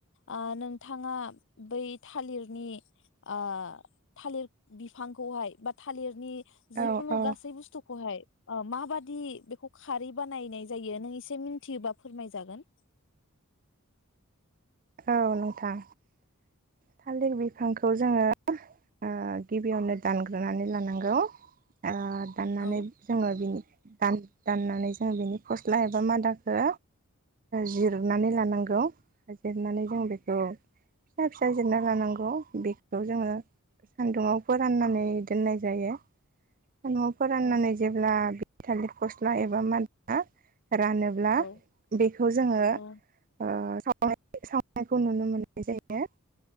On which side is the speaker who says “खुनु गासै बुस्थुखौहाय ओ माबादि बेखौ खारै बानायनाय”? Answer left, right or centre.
Left